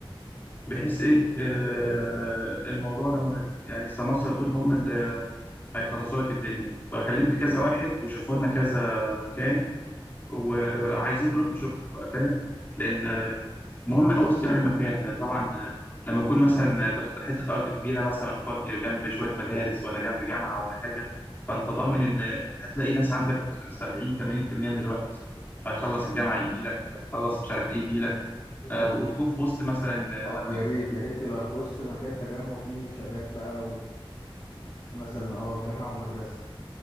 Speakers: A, on the left; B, on the left.
A: بحيث ايه آه الموضوع ده مهم يعني السماسرة دول هم اللي هيخلصوا لك الدنيا فكلمت كذا واحد وشافوا لنا كذا مكان وعايزين نروح نشوفهم بقى فاهم لان آه، مهم قوي اختيار المكان طبعا آه، لما يكون مثلا تخت- حته ارض كبيره مثلا فاضيه جنب شويه مدارس ولا جنب جامعه ولا حاجه فانت ضامن ان هتلاقي ناس عندك 70 80% من الوقت هيخلص الجامعه يجي لك هيخلص مش عارف ايه يجي لك
B: مم.
A: آه، وتكون في وسط مثلا آه،
B: اه
A: مد-
B: يا
A: مس-
B: ريت يا ريت تبقى
A: آه،
B: في وسط مكان تجمع فيه شباب بقى ومثلا اه جامعة ومدرسة